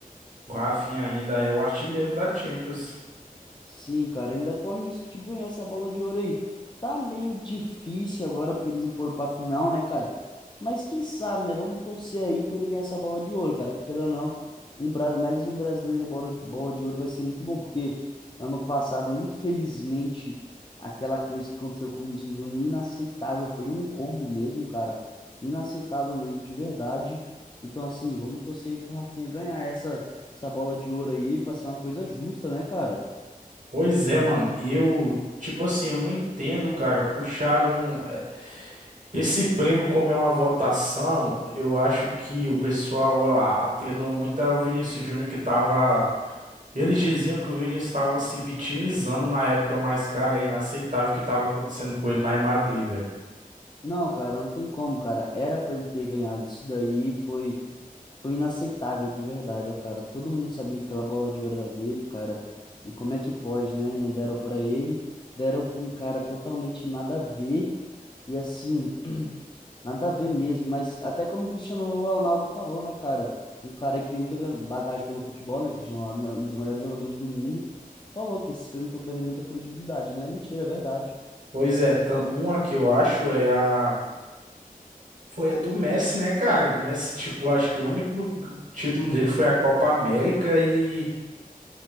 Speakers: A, on the right; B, on the left.
A: o Rafinha ainda é o artilheiro da Champions.
B: Sim, cara, ainda corre risco de ganhar essa bola de ouro aí. Tá meio difícil agora porque eles não foram pra final, né, cara? Mas quem sabe, né? Vamos torcer aí pra ele ganhar essa bola de ouro, cara. Que queira ou não, um, bra- mais um brasileiro e bola, bola de ouro vai ser muito bom, porque ano passado, infelizmente, aquela coisa que aconteceu com o Vinícius Júnior, inaceitável, foi um roubo mesmo, cara. Inaceitável mesmo, de verdade. Então, assim, vamos torcer aí pro Rafinha ganhar essa, essa bola de ouro aí pra ser uma coisa justa, né, cara?
A: Pois é, mano, eu, tipo assim, eu não entendo, cara, puxaram. é, Esse prêmio, como é uma votação, eu acho que o pessoal a- atrelou muito ao Vinícius Júnior que tava. Eles diziam que o Vinícius estava se vitimizando na época, mas, cara, é inaceitável o que estava acontecendo com ele lá em Madrid, velho.
B: Não, cara, não tem como, cara. Era pra ele ter ganhado isso daí, foi foi inaceitável de verdade, ó, cara. Todo mundo sabia que aquela bola de ouro era dele, cara. E como é que pode, né? Não deram pra ele, deram pra um cara totalmente nada a ver. E assim, <clears throat> nada a ver mesmo, mas até como o Cristiano Ronaldo falou, né, cara? Um cara que tem muita gra- bagagem pelo futebol, né? Cristiano Ronaldo, melhor- um dos melhores jogadores do mundo, falou que esses prêmios estão perdendo muita credibilidade, não é mentira, é verdade.
A: Pois é, tam- uma que eu acho é a. Foi a do Messi, né, cara? O Messi, tipo, acho que o único g- título dele foi a Copa América e.